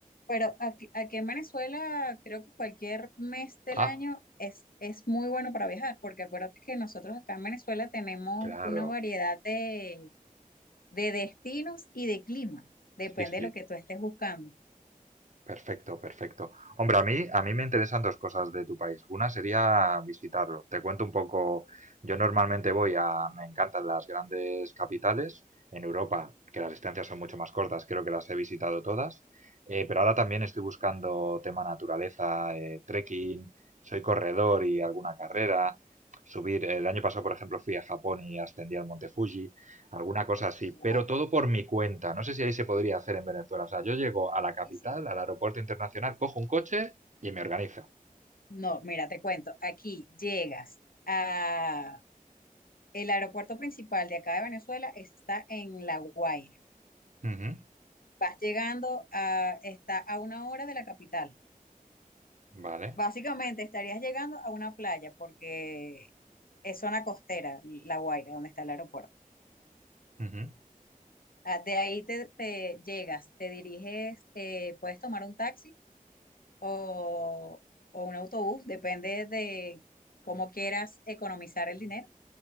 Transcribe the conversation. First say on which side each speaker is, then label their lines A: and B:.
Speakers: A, on the left; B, on the right.
A: pero aquí, aquí en Venezuela creo que cualquier mes del
B: Ah,
A: año es, es muy bueno para viajar, porque acuérdate que nosotros acá en Venezuela tenemos
B: claro.
A: una variedad de, de destinos y de clima, depende
B: Sí, sí.
A: de lo que tú estés buscando.
B: Perfecto, perfecto. Hombre, a mí, a mí me interesan dos cosas de tu país. Una sería visitarlo. Te cuento un poco. Yo normalmente voy a, me encantan las grandes capitales en Europa, que las distancias son mucho más cortas. Creo que las he visitado todas. Eh, pero ahora también estoy buscando tema naturaleza, eh, trekking. Soy corredor y alguna carrera. Subir. El año pasado, por ejemplo, fui a Japón y ascendí al Monte Fuji. Alguna cosa así, pero
A: No,
B: todo por mi cuenta. No sé si ahí se podría hacer en Venezuela. O sea, yo llego a la capital,
A: sí, sí.
B: al aeropuerto internacional, cojo un coche y me organizo.
A: No, mira, te cuento, aquí llegas a el aeropuerto principal de acá de Venezuela está en La Guaira.
B: Ujú,
A: Vas llegando a, está a una hora de la capital.
B: Vale,
A: Básicamente estarías llegando a una playa porque es zona costera, La Guaira, donde está el aeropuerto.
B: ujú,
A: Ah, De ahí te, te llegas, te diriges, eh, puedes tomar un taxi o, o un autobús, depende de cómo quieras economizar el dinero,